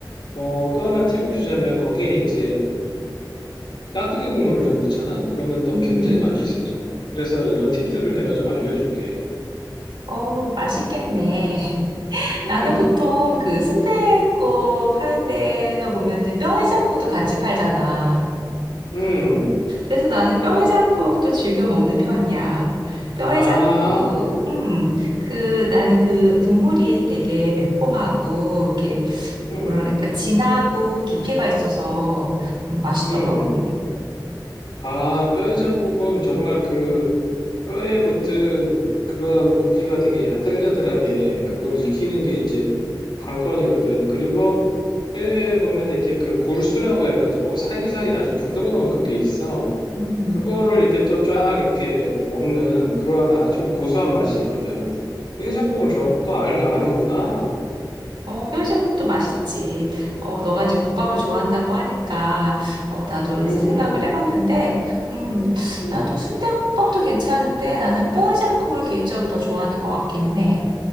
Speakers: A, on the left; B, on the right.
A: 어, 또 하나 팁을 주자면 거기에 이제 깍두기 국물을 좀 넣잖아? 그러면 더
B: 음.
A: 굉장히 맛있어져. 그래서 이런 팁들을 내가 좀 알려줄게.
B: 어, 맛있겠네. <laughs> 나는
A: 음,
B: 보통 그 순댓국 파는 데가 보면은 뼈 해장국도 같이 팔잖아.
A: 음,
B: 그래서 나는 뼈 해장국도 즐겨 먹는 편이야. 뼈
A: 아,
B: 해장국, 음, 그, 나는 그 국물이 되게 매콤하고, 이렇게,
A: 음,
B: 뭐라 그럴까, 진하고 깊이가 있어서 음, 맛있더라고.
A: 음. 아, 뼈해장국은 정말 그 뼈에 붙은 그런 고기가 되게 야들야들하게 그걸 익히는 게 이제 관건이거든. 그리고 뼈에 보면 이렇게 그 골수라고 해가지고 사이사이 아주 부드러운 그게 있어.
B: 음.
A: 그거를 이렇게 또 쫙 이렇게 먹는 그러한 아주 고소한 맛이 있거든. 깨작국을 저, 또 아는, 아는구나.
B: 어, 뼈전국도 맛있지. 어, 너가 이제 국밥을 좋아한다고 하니까, 어, 나도
A: 음,
B: 이제 생각을 해봤는데, 음,
A: 음,
B: 나도 순대국밥도 괜찮은데, 나는 뼈전국을 개인적으로 더 좋아하는 것 같기는 해.